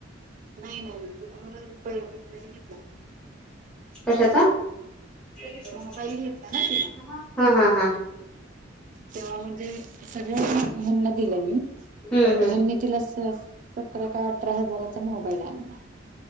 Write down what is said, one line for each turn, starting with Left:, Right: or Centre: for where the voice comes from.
Right: नाही नाहीला प मुंबई घेत
Centre: कशाचा? <inaudible>
Right: मोबाईल घेतला ना तिला
Centre: हा हा हा.
Right: तेव्हा म्हणजे सगळ्यांंसानी निम निम दिलं मी.
Centre: हम्म हम्म
Right: नी तिला स सतरा का अठरा हजाराचा मोबाईल आणला.